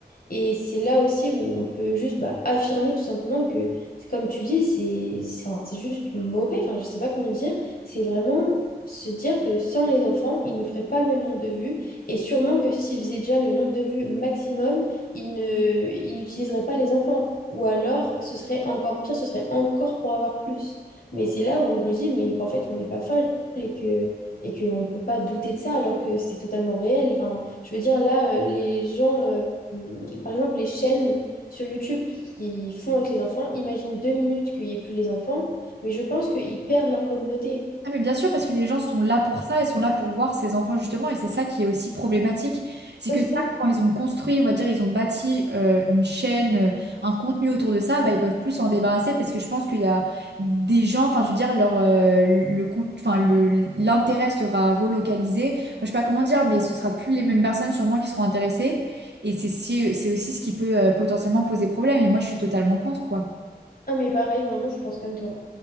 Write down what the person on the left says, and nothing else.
Et c'est là aussi où on peut juste bah, affirmer tout simplement que, c'est comme tu dis, c'est c'est enfin, c'est juste mauvais, enfin je sais pas comment dire, c'est vraiment se dire que sans les enfants, ils ne feraient pas le même nombre de vues, et sûrement que s'ils faisaient déjà le nombre de vues maximum, ils ne, ils n'utiliseraient pas les enfants. Ou alors, ce serait encore pire, ce serait encore pour avoir plus. Mais c'est là où je me dis, mais qu'en fait, on n'est pas folle et que et qu'on ne peut pas douter de ça alors que c'est totalement réel. Enfin, je veux dire, là, euh, les gens, euh, hum, par exemple, les chaînes sur YouTube qui font avec les enfants, imagine deux minutes qu'il n'y ait plus les enfants, mais je pense qu'ils perdent leur communauté.
Ouais,
c'est
ça.
Ah, mais pareil, vraiment, je pense comme toi.